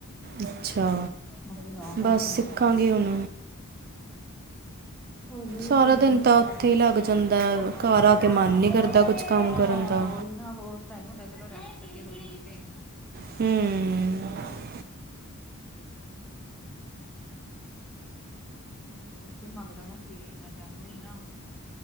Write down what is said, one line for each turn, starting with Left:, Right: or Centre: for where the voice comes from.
Right: ਅੱਛਾ
Centre: ਮੰਮੀ ਨਾ ਕਰ
Right: ਬਸ
Centre: ਕੰਮ
Right: ਸਿੱਖਾਂਗੀ
Centre: ਤੇ।
Right: ਹੁਣ
Centre: ਹੋਲੀ-ਹੋਲੀ
Right: ਸਾਰਾ
Centre: ਚਾਹੀਦਾ
Right: ਦਿਨ ਤਾਂ ਉੱਥੇ ਹੀ ਲੱਗ ਜਾਂਦਾ
Centre: ਪਹਿਲਾ ਆਉਂਦਾ
Right: ਘਰ ਆ ਕੇ
Centre: ਹੈ
Right: ਮਨ ਨਹੀਂ ਕਰਦਾ
Centre: ਏ
Right: ਕੁਛ ਕੰਮ
Centre: ਹਾਂ।
Right: ਕਰਨ
Centre: ਹਾਂ
Right: ਦਾ
Centre: ਓਹੀ ਨਾ ਓਸ ਟਾਈਮ ਹੁੰਦੈ ਚਲੋ ਰੈਸਟ ਕਰੀਏ ਥੋੜ੍ਹੀ ਜੀ ਤੇ।
Right: ਹੂੰਅ।
Centre: ਸਵੇਰੇ ਰੈਸਟ ਵੀ ਮੰਗਦਾ ਨਾ ਸਰੀਰ ਇਨਾ ਟਾਈਮ ਵੀ ਨਾ।